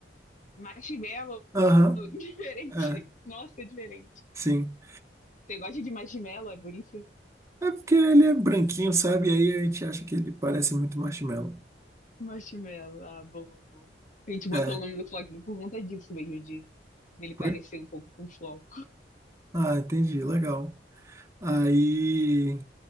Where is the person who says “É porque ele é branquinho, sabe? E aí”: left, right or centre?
Right